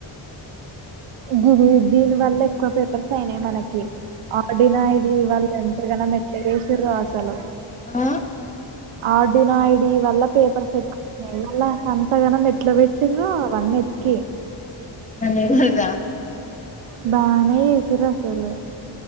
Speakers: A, on the right; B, on the left.
A: గుది ఏ దీని వల్ల ఎక్కువ పేపర్స్ అయినాయి మనకి ఆడిన్ ఐడి వాల్ళ ఎంతగానం ఎట్లా చేసిర్రో అసలు
B: ఆ
A: ఆడినయి డి వల్ల పేపర్స్ ఎక్కున్నాయి మల్ల అంతగానం మెట్లు పెట్టి్రో అవన్నీ ఎతికి
B: ఆదే దా
A: బానే చేసిర్రు అసలు